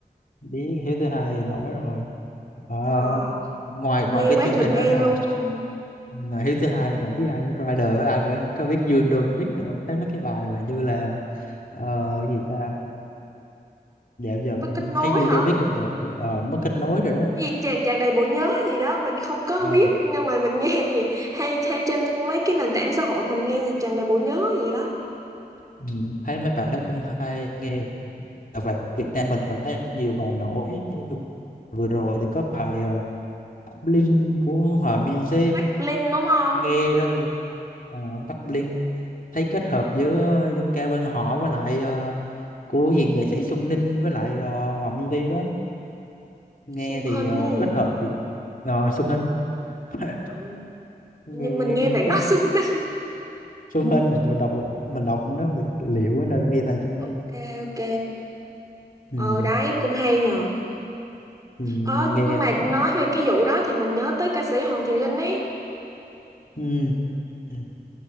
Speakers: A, on the left; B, on the right.
A: Biết Hiếu thứ hai nổi rồi. Ờ,
B: ờ
A: ngoài ngoài
B: mê
A: cái
B: quá
A: chương
B: trời
A: trình
B: mê
A: đó ngoài
B: luôn
A: ngoài Hiếu thứ hai rồi bạn biết ai nữa Rider với ai nữa có biết Dương Domic nữa không? Thấy mấy cái bài mà như là ờ, gì ta dạo giờ em
B: nó kết nối
A: thấy Dương
B: hả
A: Domic cũng nổi ờ, mất kết nối rồi đó
B: Cái gì chàng chàng đầy bộ nhớ gì đó mình không có
A: Ờ,
B: biết nhưng mà mình nghe <laughs> gì hay hay trên mấy cái nền tảng xã hội mình nghe gì chàng đầy bộ nhớ gì đó
A: ừ, thấy mấy bạn đó cũng hay nghe Và bài Việt Nam mình mình thấy nhiều bài nổi như vừa rồi thì có bài ờ, Bắc Linh của Hòa Minzy
B: Bắc Linh đúng không
A: nghe uh, Bắc Linh thấy kết hợp giữa dân ca quan họ với lại ờ, của gì nghệ sĩ Xuân Ninh với lại uh, Hòa Minzy đó nghe
B: Xuân
A: thì
B: Hinh
A: ờ, kết hợp được rồi Xuân Hinh <laughs>
B: ừ.
A: nghe
B: nhưng mình nghe bạn
A: kết
B: nói Xuân Hinh <laughs>
A: Xuân Hinh mình đọc mình đọc nó bị liệu ấy, nên nghe thầy Xuân Hinh
B: ok ok
A: ừ,
B: ờ đấy cũng hay nhờ
A: ừ, mình
B: ờ
A: nghe
B: nhưng
A: em
B: mà
A: thấy
B: nói về cái vụ đó thì mình nhớ tới ca sĩ Hoàng Thị Linh ấy
A: ừ. ừ.